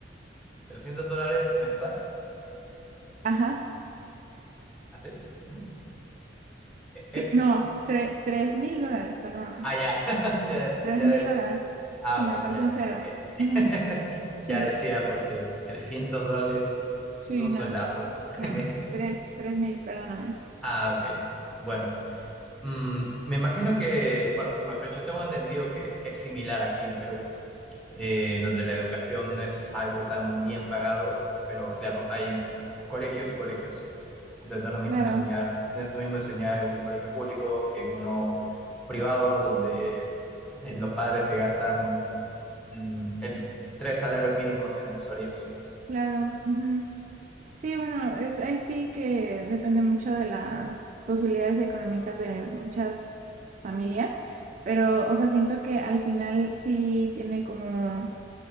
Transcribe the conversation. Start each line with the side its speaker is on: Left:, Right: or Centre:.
Centre: 300 dólares mensual,
Right: Ajá.
Centre: ¿así? ¿Mm? E-
Right: Sí,
Centre: Es,
Right: no,
Centre: es,
Right: tre- tres mil dólares, perdóname.
Centre: ah, ya, <laughs> ya,
Right: Tres
Centre: ya
Right: mil
Centre: es,
Right: dólares.
Centre: ah,
Right: Sí,
Centre: ok,
Right: me falta
Centre: ya.
Right: un cero.
Centre: eh, eh, <laughs>
Right: Ujú, Sí,
Centre: Ya decía, porque 300 dólares
Right: sí,
Centre: es un
Right: no,
Centre: soldazo <laughs>
Right: no.
Centre: en México.
Right: Tres, tres mil, perdóname.
Centre: Ah, ok, bueno. Mm, me imagino que, bueno, mejor dicho, tengo entendido que es similar aquí en Perú, eh, donde la educación no es algo tan bien pagado, pero claro, hay colegios y colegios. Entonces no es lo mismo
Right: Claro,
Centre: enseñar, no es lo mismo enseñar en un colegio público que en uno privado, donde eh, los padres se gastan mm, el tres salarios mínimos en la mensualidad de sus hijos.
Right: claro. ujú. Sí, bueno, es, ahí sí que depende mucho de las posibilidades económicas de muchas familias, pero, o sea, siento que al final sí tiene como